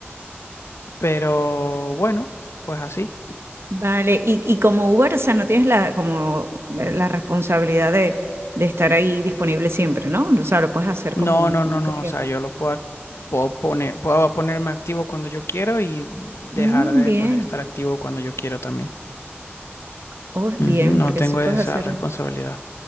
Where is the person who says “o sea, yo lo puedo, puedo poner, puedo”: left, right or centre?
Left